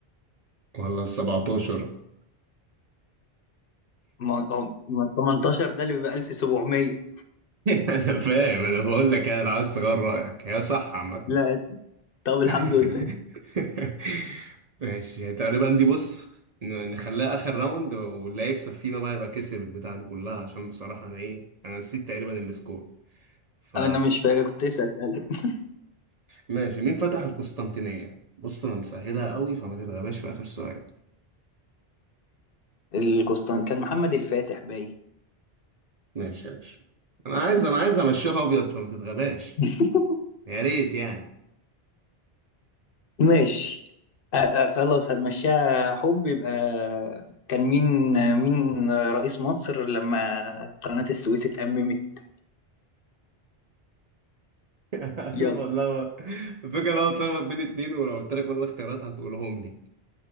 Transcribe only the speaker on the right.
ولا ال 17 <laughs>
انا فاهم انا بقول لك يعني انا عايز تغير رايك هي صح عامه
<laughs>
ماشي يعني تقريبا دي بص ن- نخليها اخر راوند واللي هيكسب فينا بقى يبقى كسب البتاعه دي كلها عشان بصراحه انا ايه انا نسيت تقريبا السكور ف
ماشي مين فتح القسطنطينية بص انا مسهلها قوي فما تتغباش في اخر سؤال
ماشي يا باشا انا عايز انا عايز امشيها ابيض فما تتغباش
يا ريت يعني
<laughs> هتبقى
اتلخبط الفكرة لو اتلخبط بين اتنين ولو قلت لك كل الاختيارات هتقولهم لي